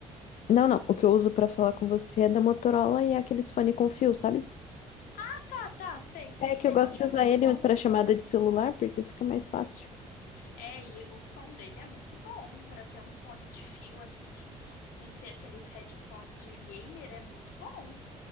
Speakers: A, on the left; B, on the left.
A: Não, não, o que eu uso pra falar com você é da Motorola e é aqueles fone com fio, sabe?
B: Ah, tá, tá, sei, sei.
A: É que eu
B: O
A: gosto
B: áudio
A: de
B: é
A: usar
B: muito
A: ele
B: bom.
A: pra chamada de celular, porque fica mais fácil.
B: É, e o som dele é muito bom Pra ser um fone de fio assim, sem ser aqueles headphone de gamer, é muito bom.